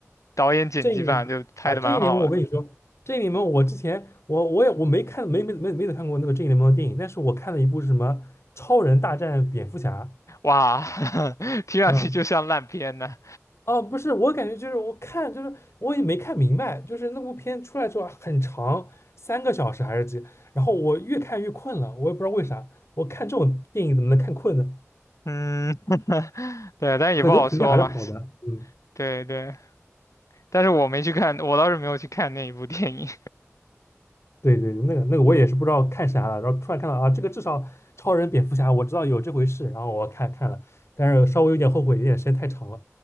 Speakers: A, on the left (about 80°); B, on the left (about 60°).
A: 导演剪辑版就拍的蛮好的，
B: 正义联盟啊，正义联盟，我跟你说，正义联盟，我之前我我也我没看，没没没没怎么看过那个正义联盟的电影，但是我看了一部是什么《超人大战蝙蝠侠》。
A: 哇，<laughs> 听上去就像烂片呢。
B: 嗯，哦，不是，我感觉就是我看就是我也没看明白，就是那部片出来之后啊很长，三个小时还是几，然后我越看越困了，我也不知道为啥，我看这种电影怎么能看困呢？
A: 嗯，<laughs> 对，但也不好说嘛，
B: 可能评价还是好的，嗯。
A: 对对。但是我没去看，我倒是没有去看那一部电影。
B: 对对，那个那个我也是不知道看啥了，然后突然看到啊，这个至少超人、蝙蝠侠我知道有这回事，然后我看看了，但是稍微有点后悔，有点时间太长了。